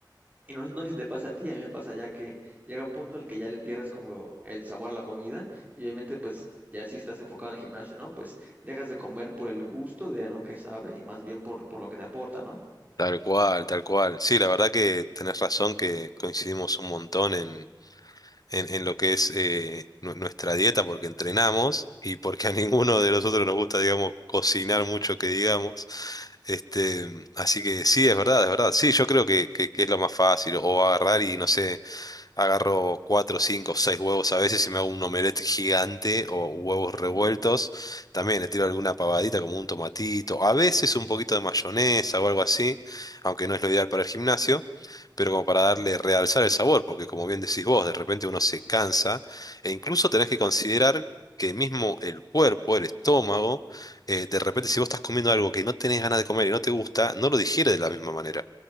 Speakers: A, on the right (about 20°); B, on the left (about 55°).
A: y no, no sé si te pasa a ti, a mí me pasa ya que llega un punto en el que ya le pierdes como el sabor a la comida y obviamente pues ya si estás enfocado en el gimnasio, ¿no? Pues dejas de comer por el gusto de lo que sabe y más bien por, por lo que te aporta, ¿no?
B: Tal cual, tal cual. Sí, la verdad que tenés razón que coincidimos un montón en, en, en lo que es eh, nu- nuestra dieta porque entrenamos y porque a <laughs> ninguno de nosotros nos gusta, digamos, cocinar mucho que digamos. Este, así que sí, es verdad, es verdad. Sí, yo creo que, que- que es lo más fácil o agarrar y no sé Agarro cuatro, cinco, seis huevos a veces y me hago un omelette gigante o huevos
A: Ujú,
B: revueltos. También le tiro alguna pavadita como un tomatito, a veces un poquito de mayonesa o algo así, aunque no es lo ideal para el gimnasio, pero como para darle,
A: ujú,
B: realzar el sabor, porque como bien decís vos, de repente uno se cansa e incluso tenés que considerar que mismo el cuerpo, el estómago, eh, de repente si vos estás comiendo algo que no tenés ganas de comer y no te gusta, no lo digiere de la misma manera